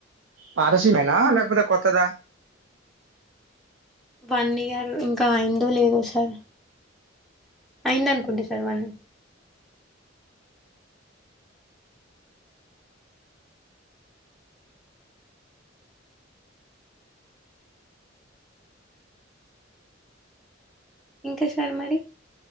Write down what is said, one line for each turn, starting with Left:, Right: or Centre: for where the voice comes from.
Right: పారసీ మేనా లేకపోతే కత్తదా
Centre: వన్ ఇయర్ ఇంకా అయిందో లేదో సార్ అయిందనుకుంటే సార్ వాళ్ళు ఇంకా సార్ మరి